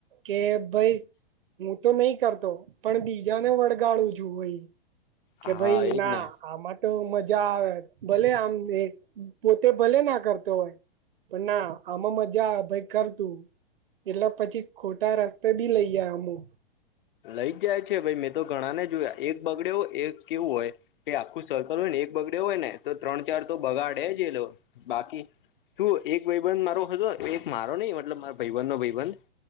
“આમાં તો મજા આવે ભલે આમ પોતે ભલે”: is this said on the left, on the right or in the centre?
Right